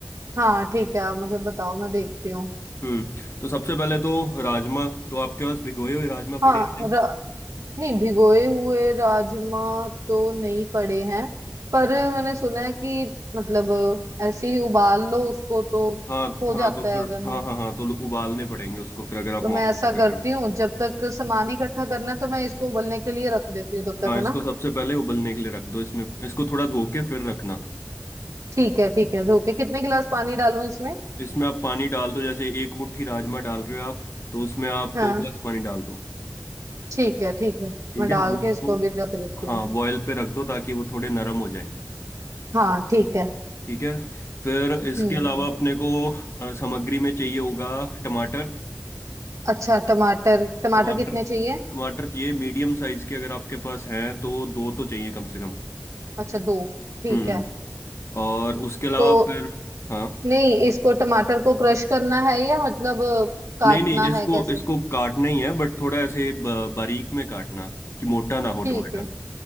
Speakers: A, on the right; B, on the left.
A: हाँ ठीक है आप मुझे बताओ मैं देखती हूँ
B: हम्म तो सबसे पहले तो राजमा तो आपके पास भिगोए हुए राजमा
A: हाँ
B: पड़े हैं
A: र...
B: क्या?
A: नहीं भिगोए हुए राजमा तो नहीं पड़े हैं पर मैंने सुना है कि मतलब ऐसे ही उबाल लो उसको तो
B: हाँ
A: हो
B: हाँ
A: जाता
B: तो
A: है
B: फिर
A: अगर ना
B: हाँ हाँ हाँ तो उबालने पड़ेंगे उसको फिर अगर आप
A: तो मैं
B: मौके
A: ऐसा
B: पे कर
A: करती
B: रहे हो
A: हूँ जब तक सामान इकट्ठा करना है तो मैं इसको उबलने के लिए रख देती हूँ तब तक
B: हाँ
A: है
B: इसको
A: ना
B: सबसे पहले उबलने के लिए रख दो इसमें इसको थोड़ा धो के फिर रखना
A: ठीक है ठीक है धो के कितने गिलास पानी डालूं इसमें
B: इसमें आप पानी डाल दो जैसे एक मुट्ठी राजमा डाल रहे हो आप तो उसमें आप
A: हाँ
B: दो गिलास पानी डाल दो
A: ठीक है ठीक है
B: ठीक
A: मैं डाल
B: है और उसको
A: के इसको अभी रख देती
B: हाँ
A: हूँ
B: बॉयल पे रख दो ताकि वो थोड़े नरम हो जाए
A: हाँ ठीक है
B: ठीक है फिर
A: हम्म
B: इसके अलावा अपने को अ, सामग्री में चाहिए होगा टमाटर
A: अच्छा टमाटर टमाटर
B: टमाटर
A: कितने चाहिए
B: टमाटर चाहिए मीडियम साइज के अगर आपके पास हैं तो दो तो चाहिए कम से कम
A: अच्छा दो ठीक
B: हम्म
A: है
B: और उसके अलावा
A: तो
B: फिर हाँ
A: नहीं इसको टमाटर को क्रश करना है या मतलब अ, काटना
B: नहीं नहीं इसको
A: है कैसे
B: इसको काटना ही है बट थोड़ा ऐसे ब- बारीक में काटना कि मोटा ना हो
A: ठीक
B: टमाटर
A: है